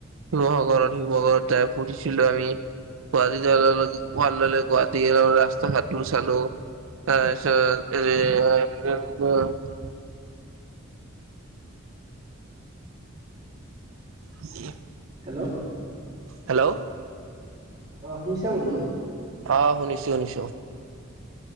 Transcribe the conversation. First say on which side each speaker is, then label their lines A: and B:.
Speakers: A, on the right (about 75°); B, on the right (about 30°).
A: শিৱসাগৰত শিৱসাগৰত তাই পঢ়িছিলো আমি। গুৱাহাটী ভাল দৰে গুৱাহাটী ৰাস্তা ঘাটটো চালো। তাৰপিছত এ কি
B: হেল্ল'
A: হেল্ল'
B: অ শুনিছা বন্ধু?
A: অ শুনিছোঁ শুনিছোঁ।